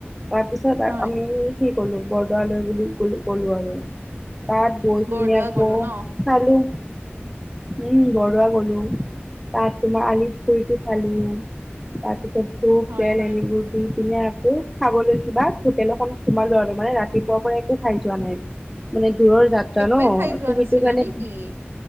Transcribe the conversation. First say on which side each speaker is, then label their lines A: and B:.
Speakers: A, in the centre; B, on the right.
A: তাৰ পিছত
B: হয়।
A: আ আমি সেই গলো বৰদোৱালৈ বুলি কলো গলো আৰু তাত গই
B: বৰদোৱা
A: পিনে আকৌ
B: গ'লো ন?
A: চালো। উম বৰদোৱা গলো তাত তোমাৰ আলি পুুখুৰীটো চালো। তাৰপিছত ধোপ
B: হয়
A: তেল
B: হয়।
A: এলিবু দি পিনে আ কৌ খাবলৈ কিবা হোটেল এখন হোমালো আৰু মানে ৰাতিপুৱাৰ পৰা একো খাই যোৱা নাই। মানে দূৰৰ যাত্ৰা
B: একোৱে
A: ন
B: খাই যোৱা
A: ত
B: নাছিলা
A: সেইটো কাৰণে।
B: নেকি?